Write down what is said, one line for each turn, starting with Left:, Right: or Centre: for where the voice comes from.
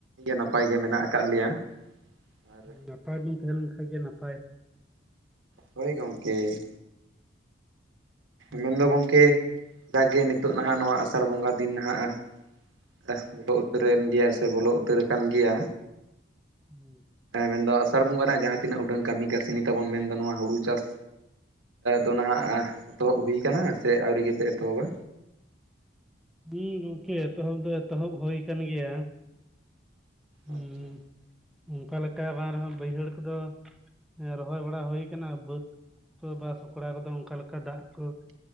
Right: ᱱᱟᱯᱟᱭ ᱜᱮ ᱢᱮᱱᱟᱜ ᱟᱠᱟᱫ ᱞᱮᱭᱟ ᱟᱨ
Centre: ᱱᱟᱯᱟᱭ ᱵᱚᱱ ᱛᱟᱦᱮᱸ ᱞᱮᱱ ᱠᱷᱟᱱ ᱜᱮ ᱱᱟᱯᱟᱭ
Right: ᱦᱳᱭ ᱜᱚᱢᱠᱮ
Centre: ᱦᱩᱸ
Right: ᱢᱮᱱᱫᱚ ᱜᱚᱢᱠᱮ ᱡᱟᱜᱮ ᱱᱤᱛᱚᱜ ᱱᱟᱦᱟᱜ ᱱᱚᱣᱟ ᱟᱥᱟᱲ ᱵᱚᱸᱜᱟ ᱫᱤᱱ ᱦᱟᱸᱜ ᱫᱟᱜ ᱠᱚ ᱯᱮᱨᱮᱱ <unintelligible> ᱜᱮᱭᱟ ᱥᱮ ᱵᱚᱞᱚ ᱩᱛᱟᱹᱨ ᱟᱠᱟᱱ ᱜᱮᱭᱟ
Centre: ᱦᱩᱸ <inaudible>
Right: ᱢᱮᱱᱫᱚ ᱟᱥᱟᱲ ᱵᱚᱸᱜᱟ ᱨᱮᱭᱟᱜ ᱡᱟᱦᱟᱸ ᱛᱤᱱᱟᱹᱜ ᱩᱰᱟᱹᱝ ᱠᱟᱹᱢᱤ ᱠᱟᱹᱥᱱᱤ ᱛᱟᱵᱚᱱ ᱢᱮᱱᱫᱟ ᱱᱚᱣᱟ ᱦᱩᱲᱩ ᱪᱟᱥ ᱫᱚ ᱱᱟᱦᱟᱜ ᱮᱛᱚᱦᱚᱵ ᱦᱩᱭᱩ ᱠᱟᱱᱟ ᱥᱮ ᱟᱹᱣᱨᱤ ᱜᱮᱯᱮ ᱮᱛᱚᱦᱚᱵᱟ
Centre: ᱦᱩᱸ ᱜᱚᱝᱠᱮ ᱮᱛᱚᱦᱚᱵ ᱫᱚ ᱮᱛᱚᱦᱚᱵ ᱦᱩᱭ ᱟᱠᱟᱱ ᱜᱮᱭᱟ ᱦᱮᱸ
Right: ᱟᱪᱪᱷᱟ
Centre: ᱚᱱᱠᱟ ᱞᱮᱠᱟ ᱵᱟᱝ ᱨᱮᱦᱚᱸ ᱵᱟᱹᱭᱦᱟᱹᱲ ᱠᱚᱫᱚ ᱨᱚᱦᱚᱭ ᱵᱟᱲᱟ ᱦᱩᱭ ᱟᱠᱟᱱᱟ ᱵᱟᱹᱫ ᱠᱚ ᱵᱟ ᱥᱠᱲᱟ ᱠᱚᱫᱚ ᱚᱱᱠᱟ ᱞᱮᱠᱟ ᱫᱟᱜ ᱠᱚ